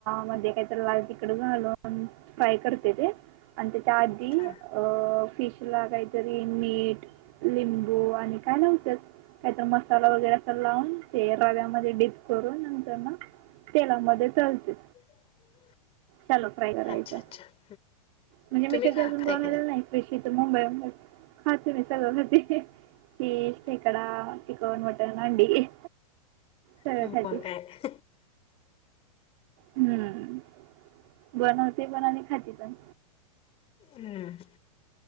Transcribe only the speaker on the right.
मध्ये काहीतरी लाल तिखट घालून फ्राय करते ते आणि त्याच्या आधी
अ फिश ला काहीतरी मीठ, लिंबू आणि काय नव्हत काहीतरी मसाला वगैरे असं लावून ते रव्यामध्ये डीप करून नंतर मग तेलामध्ये तळते
शालो फ्राय करायचा
म्हणजे मी
कधी
अजून
बनलेला
नाही. <unintelligible> मुंबई वरूनच <unintelligible> माहितीये फिश, खेकडा, चिकन, मटण, अंडी. सगळं
खाते.
हम बनवते पण आणि खाती पण